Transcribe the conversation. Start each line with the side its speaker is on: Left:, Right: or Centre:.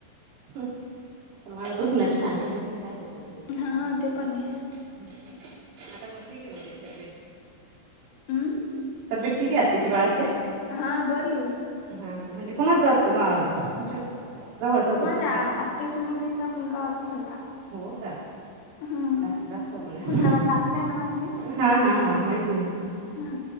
Right: पण मला दुख नाही सांगताच येत. नाही काय होत होऊ शकतो
Left: हां.
Right: सागा
Left: ते पण आहे.
Right: हम्म आता ब ठीक आहे तब्येत.
Left: उम्म.
Right: तब्येत ठीक आहे आत्याच्या बाळाची त्या.
Left: हा बरी हे.
Right: हा का, म्हणजे कुणाचा होत? तुमच्याच. जवळचा होता
Left: माझ्या
Right: कोणाचा बाळ
Left: आत्याच्या मुलीचा मुलगा होता छोटा.
Right: हो का?
Left: हं.
Right: काय ते दाखवा मला.
Left: खुलताबादला आत्या आहे ना माझी.
Right: हा हाहा माहिती हे.
Left: हा,